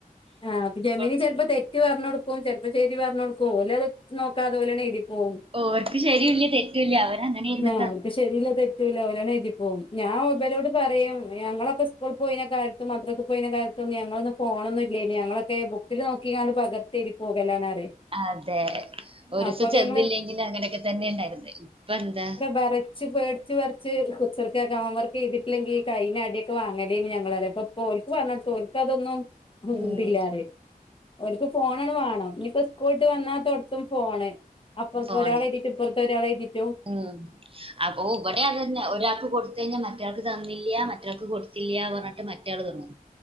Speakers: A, on the left; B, on the right.
A: ആ അപ്പൊ ജമീന്
B: ഓ
A: ചെിലപ്പോ തെറ്റ് പറഞ്ഞ കൊടുക്ക അപ്പ ശരി പറഞ്ഞ കൊടുക്കോ അല്ലെ അതത് നോക്കാ അതുപോലെന്നെ എഴരി പോകവും
B: ഓർക്ക് ശരിയല്ല തെറ്റല്ല അവർ അങ്ങനൊയിുന്ന
A: ആ അവർക്ക് ശരില്ല തെറ്റൂില്ല ഓലാണ് എഴതി പോകും ഞാൻ മൊബൈലോട് പറയും ഞങ്ങളൊപ്പെ സ്കൂൾ പോയി കാലത്ത് മത്രത്തി പോയി കാലത്തൊന്നും ഞങ്ങളൊന്ന ഫോണൊന്നുമല്ല ഞങ്ങള െ ബുക്കിൽ നോക്കിാ പകർത്തെേരി പോകലാണ് പറയും
B: അതെ ഒരു
A: അപ്പൊക്കെ
B: ദസം ചെതില്ലെങ്കിലും
A: ഞങ്ങള്
B: അങ്ങനൊക്കെ തന്നെ ഉണ്ടായിരുന്ന ഇപ്പ എന്താ
A: വറിച്ച് പേടിച്ച് വറിച്ച് കൊച്ചറക്ക കാം വർക്ക് ചെയ്തിട്ടില്ലെങ്കിൽഈ കൈയി അടെ വാങ്ങലേ ഞങ്ങ വ അപ്പൊ പോഓക്കക്ക് പറഞ്ഞട്ട്ോൽക്ക് അതൊന്നും
B: ഉം
A: ഇതില്ലാറേ ഒക്ക് ഫോണണ് വേണം ഇനിയിപ്പോ സ്കൂളട്ട് വന്നാത്തോടത്തും ഫോണ് അപ്പുറത്തെ
B: ഫോണ്
A: ഒരാൾ എഴുതിട്ട് ഇപ്പുറത്തെ ഒരാളെ എുതിട്ട്
B: ഉം അപ്പൊ ഇവിടെയാ തന്നെ ഒരാൾക്ക് കൊടുത്ത കഴിഞ്ഞാൽ മറ്റൊരാൾക്ക് തന്നില്ല റ്റാൾക്ക് കൊട്ത്തില്ല്യ പർഞ്ഞിട്ട് മറ്റാള് തിന്നു